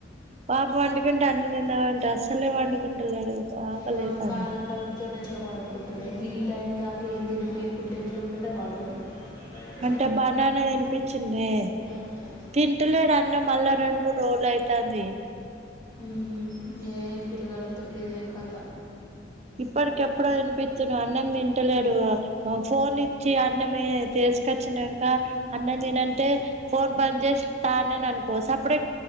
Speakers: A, on the right; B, on the left.
A: పాప పండుకుంటే అన్నం తిందాం అంటే అస్సలే పండుకుంటలేడు ఆకలి
B: వాడు
A: అయితాంది
B: కాల్ కల్తడు ఎట్లా పడుకుంటాడు గీ టైం దాకా ఏం తినిపీయకుంటే ఎట్లు ఉంటడే వాడు అయితే
A: అంటే బనానా తినిపించిందే
B: <unintelligible>
A: తింటలేడు అన్నం మళ్ళా రెండు మూడు రోజులు అయితది
B: ఉమ్ ఏ పిల్లగాల్ల తోటి ఇదే కథ
A: ఇప్పటికి ఎప్పుడో వినిపిచ్చిన అన్నం తింటలేడు ఆ ఫోన్ ఇచ్చి అన్నమే తే తీసుకొచ్చినంక అన్నం తిను అంటే ఫోన్ బందు చేస్తా అని అన్నాననుకో సప్పడే